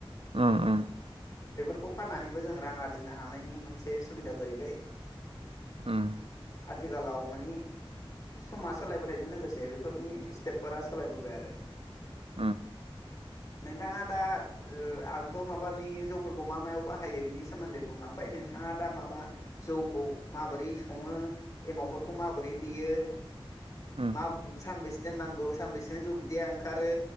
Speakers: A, on the right; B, on the left.
A: ओम ओम।
B: बेफोरखौ फाननानैबो जों रां आरजिनो हानायनि मोनसे सुबिदा जाहैबाय।
A: ओम।
B: आथिखालाव मानि समा सोलायबोनायजों लोगोसे बेफोरनि स्टेपफोरा सोलायबोबाय आरो।
A: ओम।
B: नोंथाङा दा ओ आंथ' माबानि जौफोरखौ मा मायाव बाहायो बिनि सोमोन्दै बुंलांबाय नोंथाङा दा माबा जौखौ माबोरै सङो एमावफोरखौ माबोरै देयो
A: उम
B: मा सानबेसे दोननांगौ सानबैसेजों जौ बिदिया ओंखारो